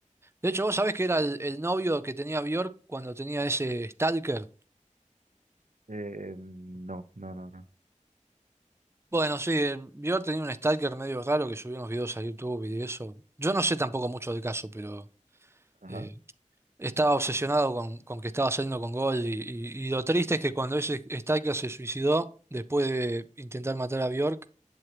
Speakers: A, on the right; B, on the right.
A: De hecho, vos sabés que era el, el novio que tenía Bjork cuando tenía ese stalker.
B: Eh, no, no, no, no.
A: Bueno, sí, eh, Bjork tenía un stalker medio raro que subía unos videos a YouTube y eso. Yo no sé tampoco mucho del caso, pero
B: Ajá.
A: eh, estaba obsesionado con, con que estaba saliendo con Gold y, y- y lo triste es que cuando ese stalker se suicidó, después de intentar matar a Bjork,